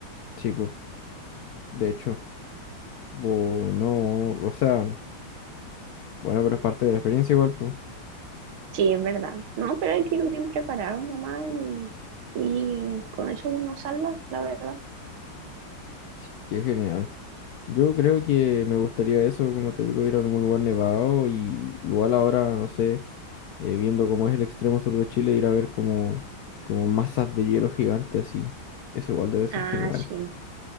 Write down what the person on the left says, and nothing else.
Sí, pues, de hecho. Uh, no, o sea, bueno, pero es parte de la experiencia igual, pues.
Sí, qué genial. Yo creo que me gustaría eso, como te digo, ir a algún lugar nevado y igual ahora, no sé. eh, viendo cómo es el extremo sur de Chile, ir a ver como, como masas de hielo gigantes así. Eso igual debe ser
genial.